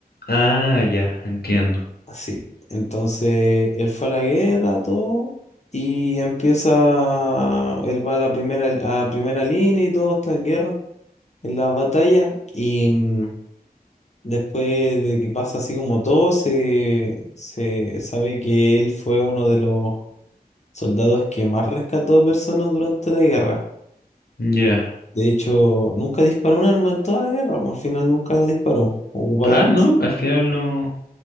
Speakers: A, on the left; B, on the left.
A: Ah, ya, entiendo.
B: Así. Entonces él fue a la guerra, todo. Y empieza, él va a la primera, a primera línea y todo está en guerra, en la batalla. Y mm, después de que pasa así como todo, se, se sabe que él fue uno de los soldados que más rescató personas durante la guerra.
A: Ya.
B: De hecho, nunca disparó un arma en toda la guerra, po, al final nunca la disparó. Ocupó
A: Ah,
B: la arma.
A: no, al final no,